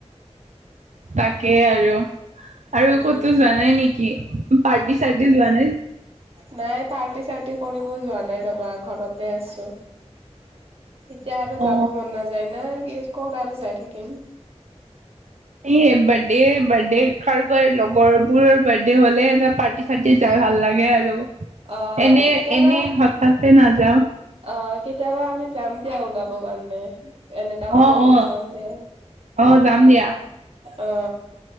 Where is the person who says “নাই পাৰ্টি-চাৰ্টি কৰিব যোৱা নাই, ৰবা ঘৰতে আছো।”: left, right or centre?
Right